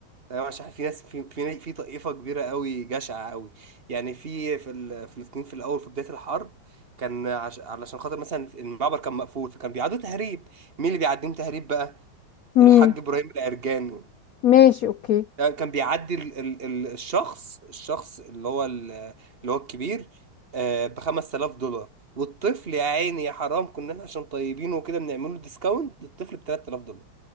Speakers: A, on the right; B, on the left.
A: تمام عشان في ناس في في في طائفه كبيره قوي جشعه قوي يعني في في ال- فلسطين في الاول في بدايه الحرب كان عش... علشان خاطر مثلا المعبر كان مقفول فكان بيعدوا تهريب مين اللي بيعديهم تهريب بقى
B: مين
A: الحاج ابراهيم العرجاني
B: ماشي اوكي
A: كان بيعدي ال ال ال الشخص الشخص اللي هو ال- اللي هو الكبير ب 5000 دولار والطفل يا عيني يا حرام كنا احنا عشان طيبين وكده بنعمل له ديسكاونت الطفل ب 3000 دولار